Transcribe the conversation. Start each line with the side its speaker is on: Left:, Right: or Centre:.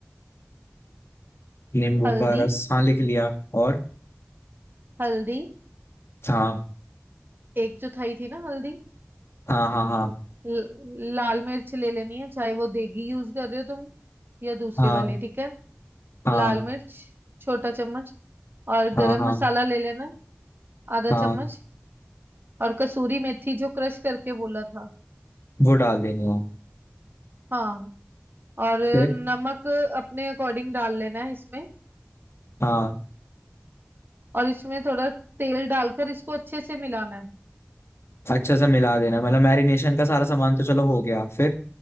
Left: नींबू
Right: हल्दी
Left: का रस हाँ लिख लिया और
Right: हल्दी
Left: हाँ
Right: एक चौथाई थी ना हल्दी
Left: हाँ हाँ हाँ
Right: ल, लाल मिर्च ले लेनी है चाहे वो देगी यूज कर रहे हो तुम या दूसरी
Left: हाँ
Right: वाली ठीक है
Left: हाँ
Right: लाल मिर्च छोटा चम्मच और
Left: हाँ
Right: गरम
Left: हाँ
Right: मसाला ले लेना है, आधा
Left: हाँ
Right: चम्मच और कसूरी मेथी जो क्रश करके बोला था
Left: वो डाल देनी है
Right: हाँ और
Left: फिर
Right: नमक अपने अकॉर्डिंग डाल लेना है इसमें
Left: हाँ
Right: और इसमें थोड़ा तेल डालकर इसको अच्छे से मिलाना है
Left: अच्छा सा मिला देना मतलब मैरिनेशन का सारा सामान तो चलो हो गया फिर